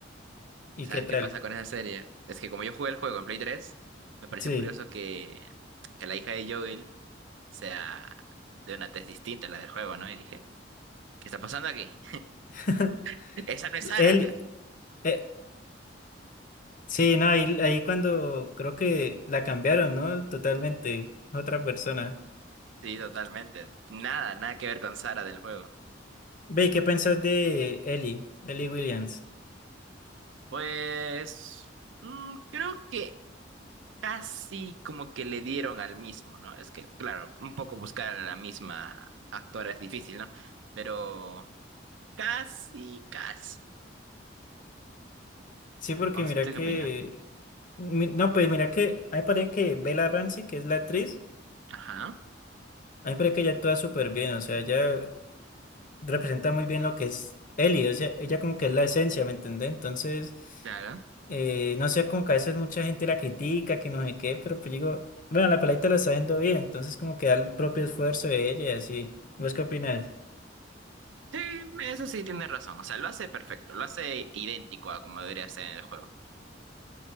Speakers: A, on the left (about 45°); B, on the right (about 80°).
A: ¿Y
B: ¿Sabes
A: qué tal?
B: qué pasa con esa serie? Es que como yo jugué el juego en Play tres, me pareció
A: Sí.
B: curioso que, que la hija de Joel sea de una tez distinta a la del juego, ¿no? Y dije, ¿qué está pasando aquí?
A: <laughs>
B: <laughs> ¡Esa no es Sara!
A: Él, eh, sí, no, ahí, ahí cuando creo que la cambiaron, ¿no? Totalmente, otra persona.
B: Sí, totalmente. Nada, nada que ver con Sara del juego.
A: Ve, ¿y qué pensás de Ellie, Ellie Williams?
B: Pues... Mm, creo que casi como que le dieron al mismo, ¿no? Es que, claro, un poco buscar a la misma actora es difícil, ¿no? Pero casi, casi.
A: Sí, porque
B: ¿Usted
A: mira que,
B: qué opina?
A: mi- no, pues mira que, ahí parece que Bella Ramsey, que es la actriz,
B: Ajá,
A: A mí me parece que ella actúa súper bien, o sea, ella representa muy bien lo que es Ellie, o sea, ella como que es la esencia, ¿me entendés? Entonces,
B: claro.
A: eh, no sé, como que a veces mucha gente la critica, que no sé qué, pero pues digo, bueno, la peladita la está haciendo bien, entonces como que da el propio esfuerzo de ella y así. ¿Vos qué opinas?
B: Sí, eso sí tiene razón. O sea, lo hace perfecto, lo hace idéntico a como debería ser en el juego.